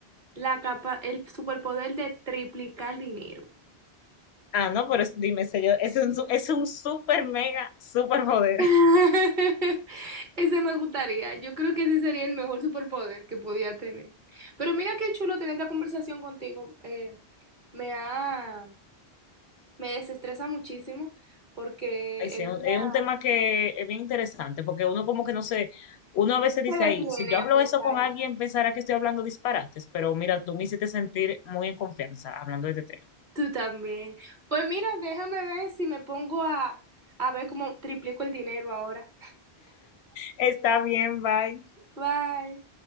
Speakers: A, on the right; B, on the left.
A: La capa, el superpoder de triplicar dinero.
B: Ah, no, pero es- dime, sé yo, es un, su- es un super mega super poder.
A: <laughs> Ese me gustaría. Yo creo que ese sería el mejor superpoder que podía tener. Pero mira qué chulo tener esta conversación contigo. Eh, me ha Me desestresa muchísimo porque
B: Ay, sí,
A: es una...
B: es un es un tema que es bien interesante porque uno como que no sé, uno a veces dice,
A: Me detiene
B: ay, si yo
A: a
B: hablo
A: pensar.
B: eso con alguien pensará que estoy hablando disparates, pero mira, tú me hiciste sentir muy en confianza hablando de este tema.
A: Tú también. Pues mira, déjame ver si me pongo a, a ver cómo triplico el dinero ahora.
B: Está bien, bye.
A: Bye.